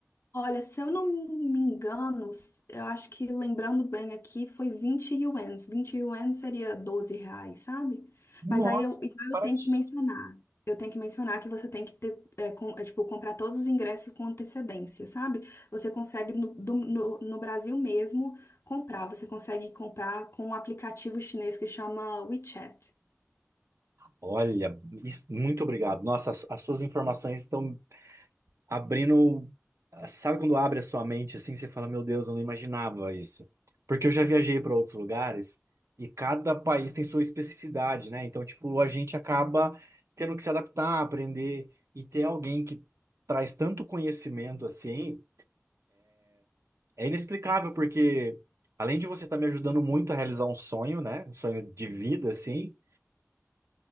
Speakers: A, on the left (about 55°); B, on the right (about 65°).
A: Olha, se eu não me engano, s- eu acho que lembrando bem aqui, foi 20 ienes. 20 ienes seria 12 reais, sabe?
B: Nossa,
A: Mas aí eu, igual
B: baratíssimo.
A: eu tenho que mencionar. Eu tenho que mencionar que você tem que ter, é, com- é, tipo, comprar todos os ingressos com antecedência, sabe? Você consegue no, do- no, no Brasil mesmo comprar. Você consegue comprar com um aplicativo chinês que chama WeChat.
B: Olha, isso- muito obrigado. Nossa, as, as suas informações estão abrindo. Sabe quando abre a sua mente assim, você fala, meu Deus, eu não imaginava isso. Porque eu já viajei para outros lugares e cada país tem sua especificidade, né? Então, tipo, a gente acaba tendo que se adaptar, aprender e ter alguém que traz tanto conhecimento assim. É inexplicável, porque além de você estar me ajudando muito a realizar um sonho, né? Um sonho de vida, assim,